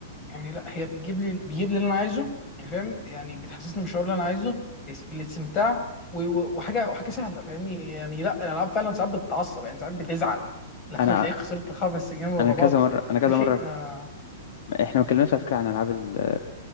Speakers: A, on the left; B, on the left.
A: يعني لا هي بتجيب لي بيجيب لي اللي انا عايزه يعني فاهم يعني بتحسسني بالشعور اللي انا عايزه بس- بالاستمتاع و- و- وحاجه وحاجه سهله فاهمني يعني لا الالعاب فعلا ساعات بتتعصب يعني ساعات بتزعل <laughs> لما
B: انا
A: بتلاقيك خسرت خمس جيم ورا
B: انا كذا
A: بعض
B: مره انا
A: فده
B: كذا
A: شيء
B: مره
A: ما
B: احنا ما اتكلمناش على فكره عن العاب ال-